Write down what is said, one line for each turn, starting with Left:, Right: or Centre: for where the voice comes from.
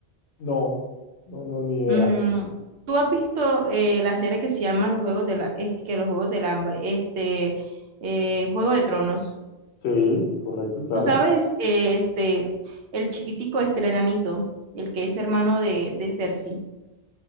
Left: No, no, no, ni idea.
Right: Mm, ¿tú has visto eh, la serie que se llama Los Juegos de la, es- que los Juegos del Hambre, este, eh, Juego de Tronos?
Left: Sí, correcto, claro.
Right: ¿Tú sabes, eh, este, el chiquitico, este, el enanito, el que es hermano de, de Cersei?